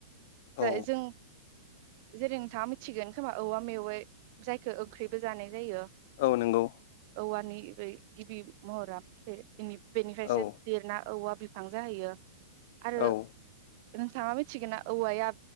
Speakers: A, on the right; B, on the left.
A: जाय
B: औ
A: जों जेरै नोंथाङा मिथिगोन खोमा औवा मेवै जायखौ ओंख्रिबो जानाय जायो
B: औ नंगौ
A: औवानि बे गिबि महरा बे बेनिफ्रायसो
B: औ
A: देरना औवा बिफां जाहैयो। आरो
B: औ
A: नोंथाङा मि थिगोना औवाया